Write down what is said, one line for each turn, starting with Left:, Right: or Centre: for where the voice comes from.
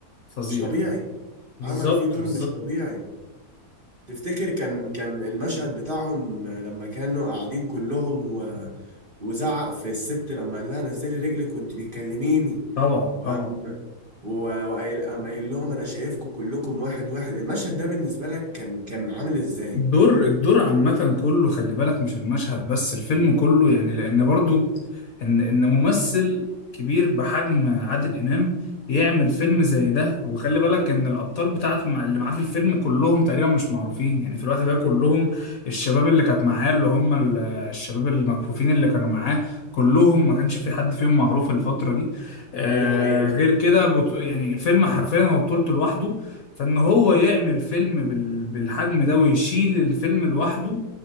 Left: فظيع
Right: مش طبيعي
Left: بالظبط
Right: عمل فيه دور
Left: بالظبط
Right: مش طبيعي تفتكر كان كان المشهد بتاعهم لما كانوا قاعدين كلهم و... وزعق في الست لما قال لها نزلي رجلك وانت بتكلميني
Left: طبعا
Right: وقام
Left: طبعا
Right: و- وقايل قام قايل لهم انا شايفكم كلكم واحد واحد المشهد ده بالنسبة لك كان كان عامل ازاي؟
Left: دور الدور عامة كله خلي بالك مش المشهد بس الفيلم كله يعني لأن برضو إن إن ممثل كبير بحجم عادل إمام يعمل فيلم زي ده وخلي بالك إن الأبطال بتاعته مع- اللي معاه في الفيلم كلهم تقريبا مش معروفين يعني في الوقت ده كلهم الشباب اللي كانت معاه اللي هم ال- الشباب المكفوفين اللي كانوا معاه كلهم ما كانش في حد فيهم معروف الفترة دي آه
Right: دي حقيقة
Left: غير كده البطو- يعني الفيلم حرفيا هو بطولته لوحده فان هو يعمل فيلم بال... بالحجم ده ويشيل الفيلم لوحده